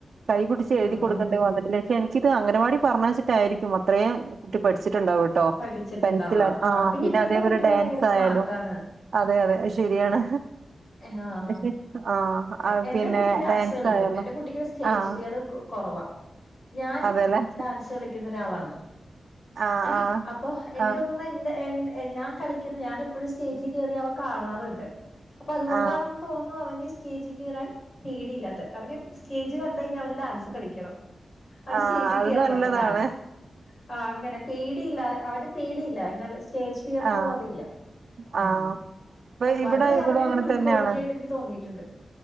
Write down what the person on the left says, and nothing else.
ആ,
പഠിച്ചിട്ടുണ്ടാവാ
ആ,
ഇപ്പോഴത്തെ
കുട്ടികൾ
ഭയങ്കര സ്മാർട്ടാണ്
ഏഹ് ആഹ്
എ എന്റെ
കുട്ടി ഡാൻസ് കളിക്കും,
എന്റെ കുട്ടിക്ക് ഒരു സ്റ്റേജ്
ഫിയർ കൊ കൊറവാ. ഞാൻ
ഡാൻസ് കളിക്കുന്ന ഒരാളാണ്,
ഏഹ്
അപ്പൊ എനിക്ക്
തോന്നു ന്നേ എന്റെ എന്റെ ഞാൻ കളിക്കുന്നു ഞാനിപ്പോഴും സ്റ്റേജിൽ കേറി അവൻ കാണാറുണ്ട്. അപ്പൊ അതുകൊണ്ടാണെന്ന്
തോന്നുന്നു അവന്. സ്റ്റേജിൽ കേറാൻ പേടില്ലാത്തെ അവന് സ്റ്റേജ് കണ്ടുകഴിഞ്ഞാൽ അവന് ഡാൻസ് കളിക്കണം. അവന്
സ്റ്റേജിൽ
കേറണം
ഡാൻസും. ആഹ് അങ്ങനെ പേടിയില്ലാതെ അവന് പേടിയില്ല അതിന്. സ്റ്റേജ് ഫിയർ എന്നുള്ളതില്ല,
ഉം
അപ്പോ
അത്
അവന്റെ ഒരു
ഗുഡ്
ക്വാളിറ്റി ആയിട്ട് എനിക്ക്. തോന്നിയിട്ടുണ്ട്.